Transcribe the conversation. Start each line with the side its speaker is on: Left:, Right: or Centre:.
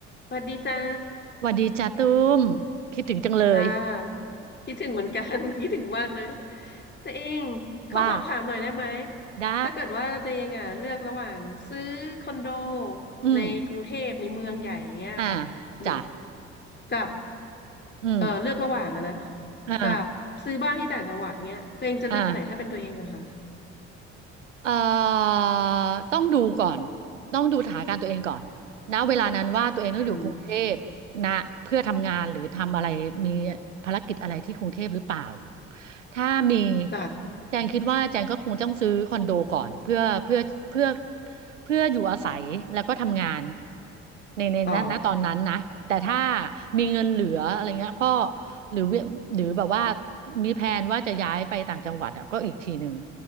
Left: สวัสดีจ้า
Right: หวัดดีจ้าตุ้มคิดถึงจังเลย
Left: จ้าคิดถึงเหมือนกัน <laughs> คิดถึงมากเลยตัวเองเขาสอบถามหน่อยได้ไหม
Right: <laughs> ว่าได้
Left: ถ้าเกิดว่าตัวเองอ่ะเลือกระหว่างซื้อคอนโด
Right: อืม
Left: ในกรุงเทพในเมืองใหญ่อย่างเงี้ยค่ะหรือ
Right: อ่าจ้ะ
Left: กับ
Right: อืม
Left: เออเลือกระหว่างอะนะ
Right: อ่า
Left: กับซื้อบ้านที่ต่างจังหวัดเงี้ยตัวเองจะเลือกอันไหนถ้าเป็นตัวเองอะค่ะ
Right: อ่า เอ่อต้องดูก่อน ต้องดูสถานการณ์ตัวเองก่อนณเวลานั้นว่าตัวเองต้องอยู่กรุงเทพ
Left: อืม
Right: นะเพื่อทำงานหรือทำอะไรมีภารกิจอะไรที่กรุงเทพหรือเปล่า ถ้ามี
Left: จ้ะ
Right: แจงคิดว่าแจงก็คงต้องซื้อคอนโดก่อนเพื่อเพื่อเพื่อเพื่ออยู่อาศัยแล้วก็ทำงานในในณณตอนนั้นนะ
Left: อ๋อ
Right: แต่ถ้ามีเงินเหลืออะไรเงี้ยก็หรือหรือแบบว่ามีแผนว่าจะย้ายไปต่างจังหวัดอ่ะก็อีกทีหนึ่ง